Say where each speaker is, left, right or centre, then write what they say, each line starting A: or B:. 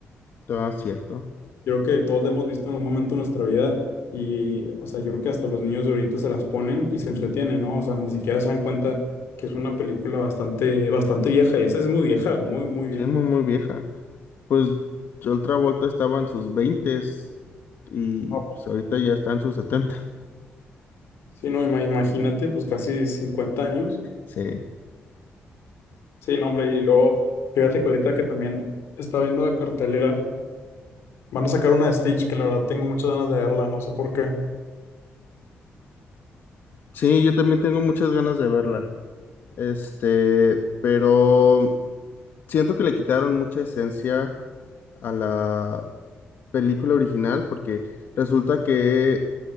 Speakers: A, on the left; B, on the left.
A: todo cierto.
B: yo creo que todos la hemos visto en algún momento de nuestra vida. Y, o sea, yo creo que hasta los niños de ahorita se las ponen y se entretienen, ¿no? O sea, ni siquiera se dan cuenta que es una película bastante, bastante vieja. Y esa es muy vieja, muy, muy vieja.
A: Sí, muy, muy vieja. Pues otra vuelta estaba en sus veintes y
B: No,
A: pues ahorita ya está en sus setenta.
B: Sí, no, ima- imagínate, pues casi 50 años.
A: Sí.
B: Sí, no, hombre, y luego, fíjate que ahorita que también está viendo la cartelera, van a sacar una de Stitch, que la verdad tengo muchas ganas de verla, no sé por qué.
A: Sí, yo también tengo muchas ganas de verla. Este, pero siento que le quitaron mucha esencia a la película original porque resulta que